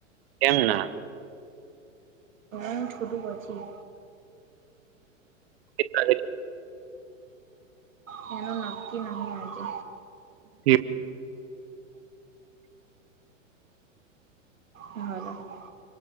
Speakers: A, on the right (about 50°); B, on the right (about 75°).
A: કેમ ના.
B: અમ થોટો વાચ્યું.
A: <inaudible>
B: હા એનું નક્કી નહીં આજે.
A: એ.
B: હા.